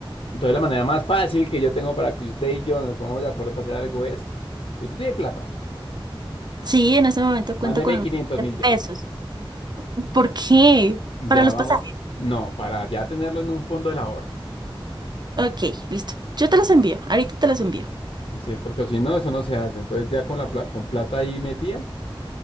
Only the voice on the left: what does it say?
Entonces la manera más fácil que yo tengo para que usted y yo nos pongamos de acuerdo para hacer algo es, usted tiene plata,
mándeme
quinientos
mil ya.
Ya
vamos,
no, para ya tenerlo en un fondo del ahorro.
Sí, porque si no, eso no se hace. Entonces ya con la pla- con plata ahí metida,